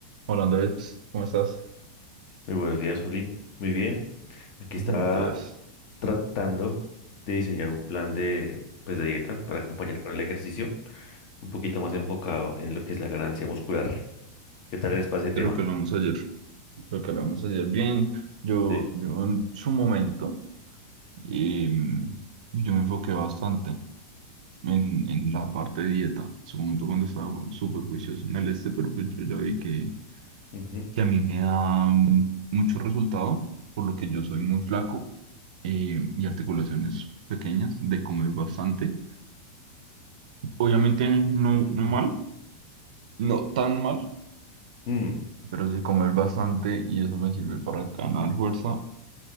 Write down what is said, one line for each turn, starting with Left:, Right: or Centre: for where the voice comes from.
Right: Hola Andrés, ¿cómo estás?
Left: Muy buenos días, Juli. Muy bien. Aquí estaba
Right: Buenos días.
Left: tratando de diseñar un plan de, pues, de dieta para acompañar con el ejercicio, un poquito más enfocado en lo que es la ganancia muscular. ¿Qué tal les pasa ese tema?
Right: De lo que hablamos ayer. Lo que hablamos ayer. Bien, yo,
Left: Sí.
Right: yo en su momento, em, yo me enfoqué bastante en, en la parte de dieta. En su momento cuando estaba ju- súper juicioso en el este, pero pues yo ya vi que,
Left: Ujú.
Right: que a mí me da mm, mucho resultado, por lo que yo soy muy flaco em, y articulaciones pequeñas, de comer bastante. Obviamente no,
Left: <clears throat>
Right: no mal, no tan mal
Left: Mm.
Right: pero sí comer bastante y eso me sirve para ganar fuerza